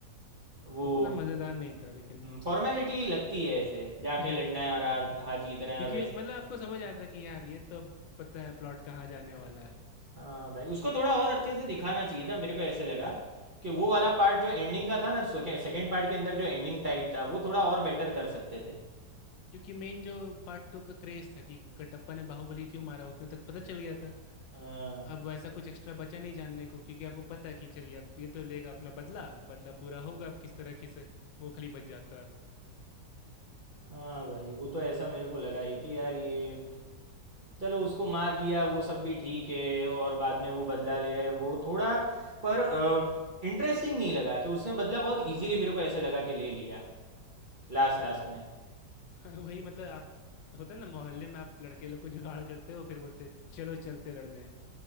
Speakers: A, on the right (about 35°); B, on the left (about 90°).
A: वो
B: उतना मजेदार नहीं था लेकिन
A: फॉर्मेलिटी लगती है ऐसे जाके
B: <laughs>
A: लड़ना है और हार हार जीतना है
B: क्योंकि
A: और वैसे
B: मतलब आपको समझ आता कि यार ये तो अब पता है प्लॉट कहाँ जाने वाला है
A: हाँ भाई उसको थोड़ा और अच्छे से दिखाना चाहिए था मेरे को ऐसे लगा कि वो वाला पार्ट जो एंडिंग का था ना सेकेंड पार्ट के अंदर जो एंडिंग टाइप था वो थोड़ा और बेटर कर सकते थे
B: क्योंकि मेन जो पार्ट टू का क्रेज था कि कटप्पा ने बाहुबली क्यों मारा उतने तक पता चल गया था
A: हाँ
B: अब वैसा कुछ एक्स्ट्रा बचा नहीं जानने को क्योंकि आपको पता है कि चलिए अब ये तो लेगा अपना बदला बदला पूरा होगा अब किस तरीके से वो खाली बच जाता है
A: हाँ भाई वो तो ऐसा मेरे को लगा ही कि यार ये चलो उसको मार दिया वो सब भी ठीक है और बाद में वो बदला ले रहा है वो थोड़ा पर इंटरेस्टिंग नहीं लगा कि उसने बदला बहुत इजीली मेरे को ऐसे लगा कि ले लिया लास्ट लास्ट में
B: <laughs> वही मतलब आप होता है ना मोहल्ले में आप लड़के लोग को जुगाड़ करते हो फिर बोलते चलो चलते लड़ने